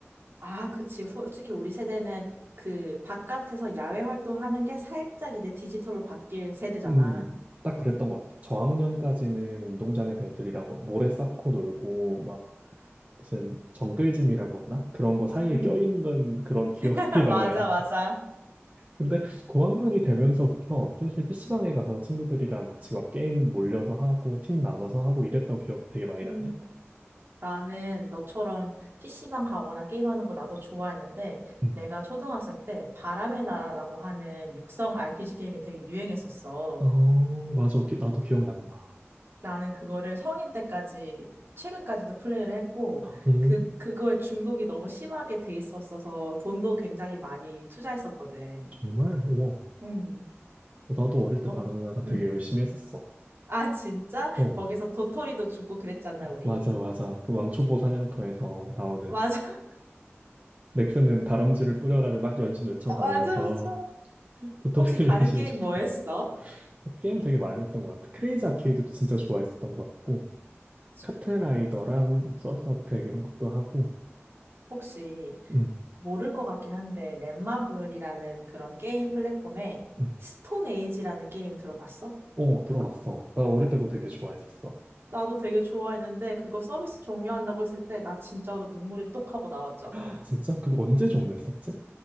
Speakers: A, on the right (about 55°); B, on the right (about 35°).
A: 아, 그치. 솔직히 우리 세대는 그 바깥에서 야외 활동하는 게 살짝 이제 디지털로 바뀔 세대잖아.
B: 음, 딱 그랬던 것 같아. 저학년까지는 운동장에서 애들이랑 막 모래 쌓고 놀고, 막 무슨 정글짐이라고 하나? 그런 거 사이에
A: 음,
B: 껴있는 그런 기억들이
A: <laughs>
B: 막
A: 맞아,
B: 나있
A: 맞아.
B: 근데 고학년이 되면서부터 슬슬 PC방에 가서 친구들이랑 같이 막 게임 몰려서 하고 팀 나눠서 하고 이랬던 기억 되게 많이
A: 음,
B: 나네.
A: 나는 너처럼 PC방 가거나 게임하는 거 나도 좋아했는데,
B: 음,
A: 내가 초등학생 때 바람의 나라라고 하는 육성 RPG 게임이 되게 유행했었어.
B: 어, 맞아. 기- 나도 기억난다.
A: 나는 그거를 성인 때까지, 최근까지도 플레이를 했고,
B: 오,
A: 그, 그거에 중독이 너무 심하게 돼 있었어서 돈도 굉장히 많이 투자했었거든.
B: 정말? 우와.
A: 음.
B: 나도 어릴 때
A: 어?
B: 바람의 나라 되게
A: 응.
B: 열심히 했었어.
A: 아, 진짜?
B: 어,
A: 거기서 도토리도 주고 그랬잖아, 우리.
B: 맞아, 맞아. 그 왕초보 사냥터에서 나오는
A: 맞아, <laughs>
B: 넥슨은 다람쥐를 뿌려라를 막 연신 외쳐가면서
A: 맞아, 맞아.
B: 도토리를
A: 혹시 다른
B: <laughs> 열심히
A: 게임
B: 줍고
A: 뭐 했어?
B: 게임 되게 많이 했던 것 같아. 크레이지 아케이드도 진짜 좋아했었던 것 같고
A: 맞아.
B: 카트라이더랑 서든어택 이런 것도 하고
A: 혹시
B: 응,
A: 모를 것 같긴 한데, 넷마블이라는 그런 게임 플랫폼에
B: 응.
A: 스톤 에이지라는 게임 들어봤어?
B: 어, 들어봤어. 나 어릴 때 그거 되게 좋아했었어.
A: 나도 되게 좋아했는데, 그거 서비스 종료한다고 했을 때, 나 진짜로 눈물이 똑 하고 나왔잖아.
B: <gasps> <laughs> 진짜? 그게 언제 종료했었지?